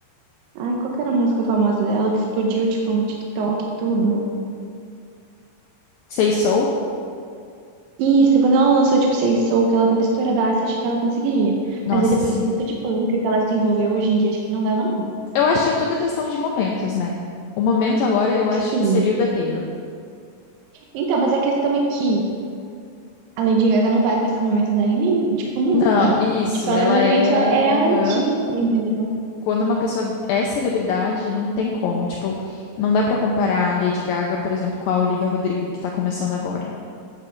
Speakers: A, on the right; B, on the left.
A: Ai, qual que era a música famosa dela que explodiu, tipo, no TikTok e tudo?
B: Sei sou?
A: Isso, quando ela lançou, tipo, Say Soul, que ela tava estouradaça, acho que ela conseguiria.
B: Nossa,
A: Mas aí depois
B: sim.
A: do tanto de polêmica que ela se envolveu hoje em dia, acho que não dava, não.
B: Eu acho que é tudo questão de momentos, né? O momento agora eu acho
A: Sim.
B: que seria o da Taylor.
A: Então, mas a questão é que a Lady Gaga não vai passar momento dela, em nem, tipo, nunca.
B: Não, isso.
A: Tipo, ela
B: Ela
A: realmente
B: é.
A: só é artista,
B: aham.
A: entendeu?
B: Quando uma pessoa é celebridade, não tem como. Tipo, não dá pra comparar a Lady Gaga, por exemplo, com a Olivia Rodrigo que tá começando agora.